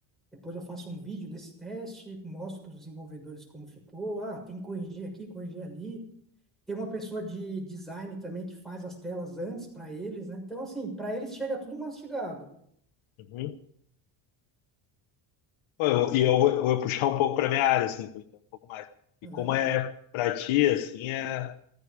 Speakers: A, in the centre; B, on the left.
A: Depois eu faço um vídeo desse teste, mostro para os desenvolvedores como ficou. Ah, tem que corrigir aqui, corrigir ali. Tem uma pessoa de design também que faz as telas antes para eles, né? Então, assim, para eles chega tudo mastigado.
B: Uhum. Pô, eu- E eu, vou eu vou puxar um pouco para minha área, assim, vou entrar um pouco mais. E
A: Aham.
B: como é para ti, assim, é